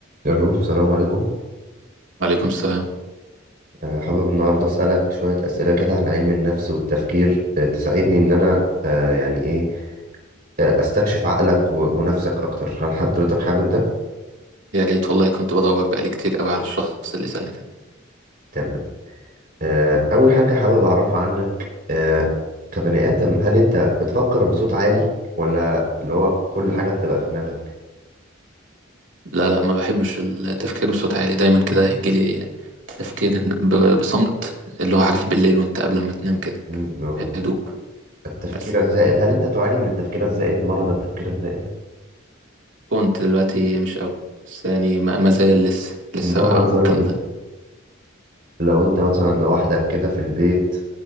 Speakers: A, on the right (about 45°); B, on the right (about 65°).
A: الو السلام عليكم
B: وعليكم السلام
A: آه، حابب النهارده اسالك شويه اسئله كده عن علم النفس والتفكير آه، تساعدني ان انا آه، يعني ايه آه، استكشف عقلك و- ونفسك اكتر هل حضرتك حابب ده
B: يا ريت والله كنت بدور بقالي كتير قوي على الشخص اللي سألني كده
A: تمام آه، اول حاجه حابب اعرفها عنك آه، كبني ادم هل انت بتفكر بصوت عالي ولا اللي هو كل حاجه بتبقى في دماغك
B: لا لا ما بحبش التفكير بصوت عالي دايما كده يجيلي تفكير ب- بصمت اللي هو عارف بالليل وانت قبل ما تنام كده
A: مم، نعم.
B: بهدوء
A: التفكير
B: بس
A: الزائد هل انت تعاني من التفكير الزائد مرض التفكير الزائد
B: كنت دلوقتي مش قوي بس يعني ما ما زال لسه لسه
A: انما
B: بقى
A: مثلا
B: ممكن
A: لو انت مثلا لوحدك كده في البيت